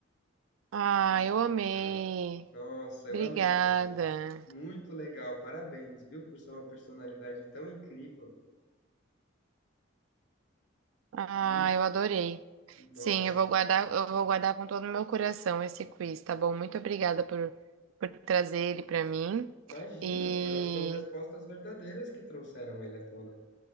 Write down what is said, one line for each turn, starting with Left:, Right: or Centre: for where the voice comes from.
Right: Ah,
Left: Muito
Right: eu amei.
Left: legal. Nossa, eu
Right: Obrigada.
Left: amei também. Muito legal. Parabéns, viu, por ser uma personalidade tão incrível.
Right: Ah,
Left: Muito,
Right: eu adorei.
Left: nossa,
Right: Sim, eu vou guardar, eu vou guardar com todo o meu coração esse quiz, tá bom? Muito obrigada por, por trazer ele para mim.
Left: imagina,
Right: E
Left: foram as suas respostas verdadeiras que trouxeram ele à tona.